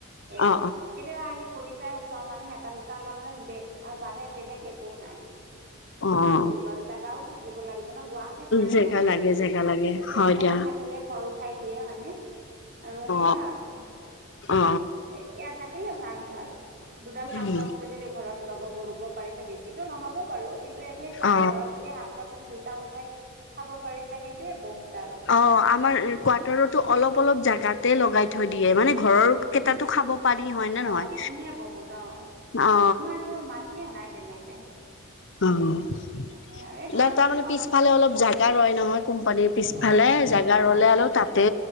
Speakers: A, on the right; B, on the left.
A: সেয়া
B: অ
A: কেতিয়াবা আহি পৰি যায় ওচৰৰ মানুহ হেতাত দুটা ল দে আৰু বেলেগ বেলেগ একো নাই
B: অ অ
A: কি কৰিবা আৰু জাগাও থাকিব লাগিব ন গুৱাহাটীত নাই
B: জেগা
A: নহয় মাটি
B: লাগে জেগা লাগে
A: চবে
B: হয়
A: অকমান
B: দিয়া
A: থাকিলে ঘৰ উঠাই দিয়ে হয়নে আৰু সেইয়া
B: অ
A: আৰু তেনেকে
B: অ
A: ভালে এয়া থাকিলে ভাল ভাল দুডাল শাক
B: উম
A: পাচলি যদি ঘৰত লব ৰুব পাৰিছে বেছিটো নহব বাৰু কিন্তু এটলিষ্ট ধৰা
B: অ
A: ঘৰত যদি শাক পাচলি দুটা উঠাই খাব পাৰিছে সেইটোয়ে বহুত আৰু
B: অ আমাৰ কোৱাটাৰটো অলপ অলপ জাগাতে লগাই থৈ দিয়ে মানে ঘৰৰ
A: অ',
B: কেইটাতো খাব পাৰি হয় নে নহয়
A: অ', সেইখিনিয়ে বহুত অ',
B: অ
A: আমাৰতো মাটিয়ে নাই তেনেকে
B: অ ন
A: একো। সেই আৰু এই দুৱাৰ
B: তাৰ
A: মুখখন
B: মানে পিছফালে
A: আছে আৰু।
B: অলপ জোগা ৰয় নহয় কোম্পানীৰ পিছফালে
A: অ',
B: জোগা ৰলে
A: আচ্ছা
B: অলপ
A: আচ্ছা
B: তাতে